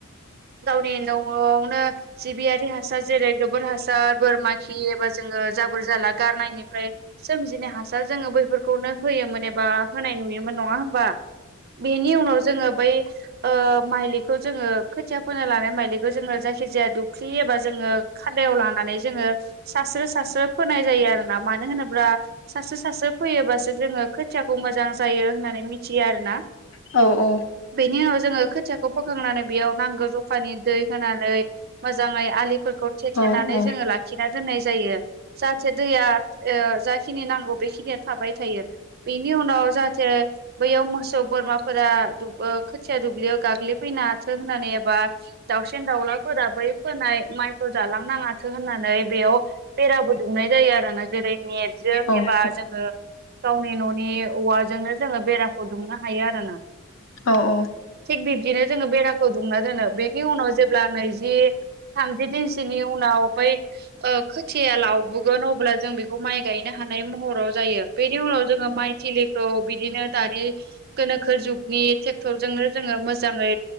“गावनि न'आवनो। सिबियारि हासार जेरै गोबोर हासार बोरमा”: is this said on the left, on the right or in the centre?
Right